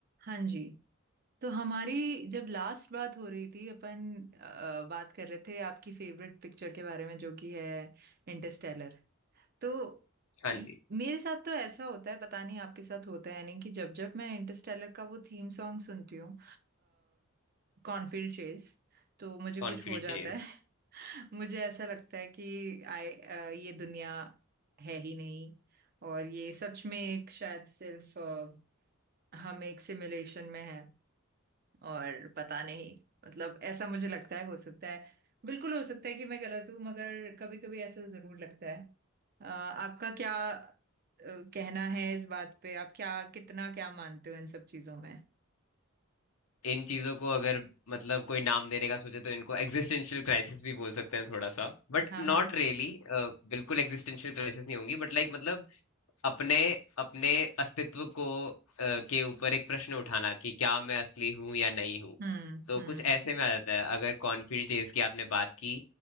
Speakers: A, on the right; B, on the left.
A: हाँ जी तो हमारी जब लास्ट बात हो रही थी अपन अ, बात कर रहे थे आपकी फेवरेट पिक्चर के बारे में जो कि है इंटरस्टेलर तो
B: हाँ
A: इ-
B: जी
A: मेरे साथ तो ऐसा होता है पता नहीं आपके साथ होता है नहीं कि जब जब मैं इंटरस्टेलर का वो थीम सॉन्ग सुनती हूँ कॉर्नफील्ड चेज तो मुझे
B: Cornfield
A: कुछ हो जाता
B: Chase
A: है <laughs> मुझे ऐसा लगता है कि आई अ, ये दुनिया है ही नहीं और ये सच में एक शायद सिर्फ अ, हम एक सिमुलेशन में है और पता नहीं मतलब ऐसा मुझे लगता है हो सकता है बिल्कुल हो सकता है कि मैं गलत हूँ मगर कभी कभी ऐसा जरूर लगता है अ, आपका क्या अ, कहना है इस बात पे आप क्या कितना क्या मानते हो इन सब चीजों में
B: इन चीजों को अगर मतलब कोई नाम देने का सोचे तो इनको एग्जिस्टेंशियल क्राइसिस भी बोल सकते हैं थोड़ा सा But
A: हाँ
B: not
A: हाँ
B: really बिल्कुल एग्जिस्टेंशियल क्राइसिस नहीं होंगी बट लाइक मतलब अपने अपने अस्तित्व को अ, के ऊपर एक प्रश्न उठाना कि क्या मैं असली हूं या नहीं हूं
A: हम्म
B: तो
A: हम्म
B: कुछ ऐसे में आ जाता है अगर कॉर्नफील्ड चेज की आपने बात की